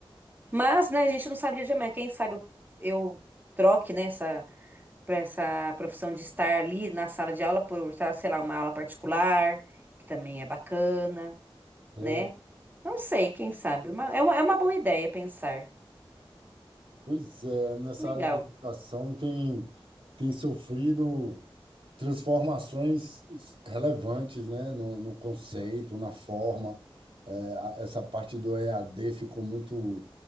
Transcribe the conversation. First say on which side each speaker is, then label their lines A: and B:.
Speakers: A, on the right (about 20°); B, on the right (about 70°).
A: Mas, né, a gente não sabe o dia de amanhã. Quem sabe eu, eu troque, né, essa, pra essa profissão de estar ali na sala de aula por, sei lá, uma aula particular, que também é bacana
B: é,
A: né? Não sei, quem sabe. Uma- é uma, é uma boa ideia pensar.
B: pois é, nessa
A: Legal.
B: área de educação tem, tem sofrido. transformações relevantes, né, no, no conceito, na forma. É, a- essa parte do EAD ficou muito,